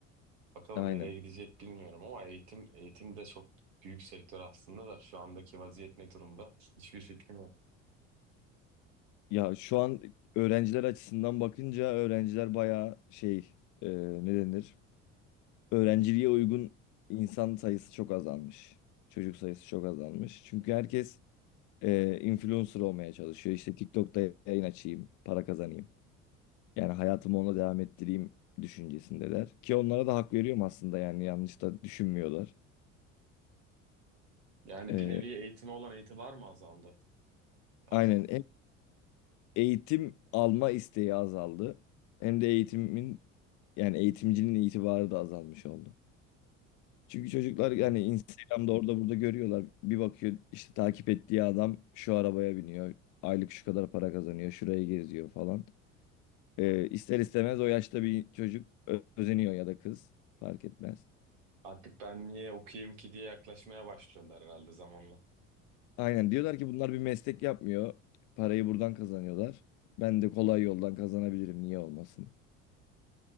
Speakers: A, on the right (about 75°); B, on the left (about 50°).
A: Bakalım
B: Aynen.
A: nereye gidecek bilmiyorum ama eğitim eğitim de çok büyük sektör aslında da şu andaki vaziyet ne durumda? Hiçbir fikrim yok.
B: Ya şu an öğrenciler açısından bakınca öğrenciler bayağı şey e, ne denir? Öğrenciliğe uygun insan sayısı çok azalmış. Çocuk sayısı çok azalmış. Çünkü herkes e, influencer olmaya çalışıyor. İşte TikTok'ta yayın açayım, para kazanayım. Yani hayatımı ona devam ettireyim düşüncesindeler. Ki onlara da hak veriyorum aslında yani yanlış da düşünmüyorlar.
A: Yani
B: E,
A: bir nevi eğitime olan itibar mı azaldı artık?
B: Aynen. eğitim alma isteği azaldı. Hem de eğitimin yani eğitimcinin itibarı da azalmış oldu. Çünkü çocuklar yani
A: Hmm.
B: Instagram'da orada burada görüyorlar. Bir bakıyor işte takip ettiği adam şu arabaya biniyor. Aylık şu kadar para kazanıyor. Şuraya geziyor falan. Ee, ister istemez o yaşta bir çocuk ö- özeniyor ya da kız fark etmez.
A: Artık ben niye okuyayım ki diye yaklaşmaya başlıyorlar herhalde zamanla.
B: Aynen diyorlar ki bunlar bir meslek yapmıyor. Parayı buradan kazanıyorlar. Ben de kolay yoldan kazanabilirim niye olmasın?